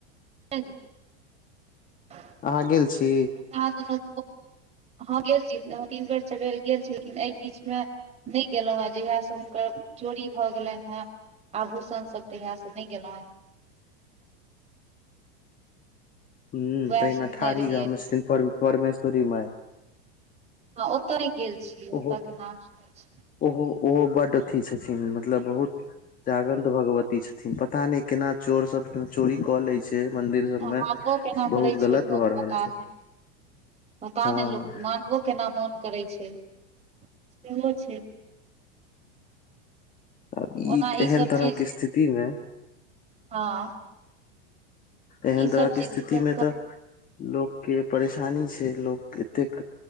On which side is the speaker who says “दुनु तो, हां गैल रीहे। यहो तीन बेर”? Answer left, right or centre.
Right